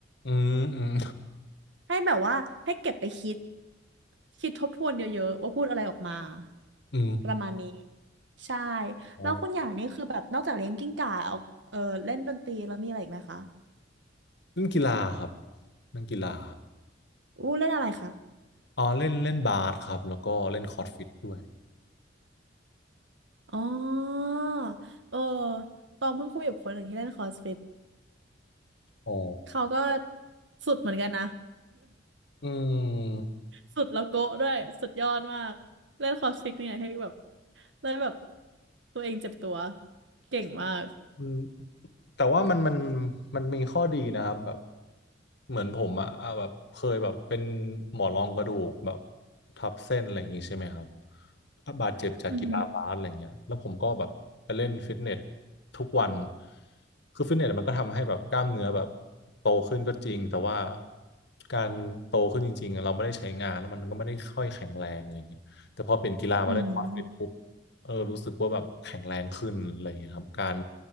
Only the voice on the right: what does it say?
ให้แบบว่าให้เก็บไปคิดคิดทบทวนเยอะๆว่าพูดอะไรออกมา
ประมาณนี้ใช่
แล้วคุณอย่างนี้คือแบบนอกจากเลี้ยงกิ้งก่าเอาเออเล่นดนตรีแล้วมีอะไรอีกไหมคะ
อู้เล่นอะไรคะ
อ๋อเออตองเพิ่งคุยกับคนหนึ่งที่เล่นคอสฟิต
เขาก็สุดเหมือนกันนะ
<laughs> สุดแล้วโกะด้วย สุดยอดมาก เล่นคอสฟิตเนี่ยให้แบบเล่นแบบตัวเองเจ็บตัวเก่งมาก
อือหือ
อืม